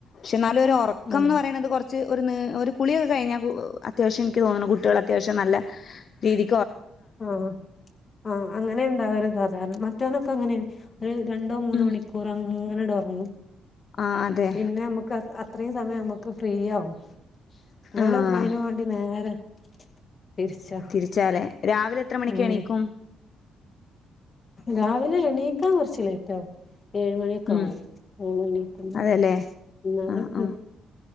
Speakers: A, on the left; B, on the left.
A: ക്ഷെന്നാലും ഒരൊറക്കന്നറയണത്
B: ഉം
A: കൊറ ച്ച് ഒരു ന് കുളിയൊക്കെ കഴിഞ്ഞാ കു അത്യാവശ്യം ഇൻക്ക് തോന്ന്ണ് കുട്ട്യേൾ അത്യാവശ്യം നല്ല രീതി
B: ആ ആ അങ്ങനേണ്ടാവല് സാധാരണ മറ്റോ നൊക്കെ അങ്ങനെ ഒരു രണ്ടോ മൂന്നോ
A: ഉം
B: മണിക്കൂറ അങ്ങനെട് ഒറങ്ങും.
A: ആഹ് അതെ
B: പിന്നെ അമ്മക്ക് അ അത്രേം സമയം അമ്മക്ക് ഫ്രീയാവും. ഇവള്
A: ആഹ്
B: അയിനുംവാണ്ടി നേരെ തിരിച്ചാ
A: തിരിച്ചാലേ, രാവിലെ എത്ര മണിക്ക്
B: ഉം
A: എണീക്കും?
B: രാവിലെ എണീക്കാൻ കൊറച്ച് ലേറ്റാവും. ഏഴ് മണ്യൊക്കെ
A: ഉം
B: ആവും ഓള് എണീക്കുമ്പോ
A: അതെല്ലേ
B: ന്നാലും
A: ആഹ് ആഹ്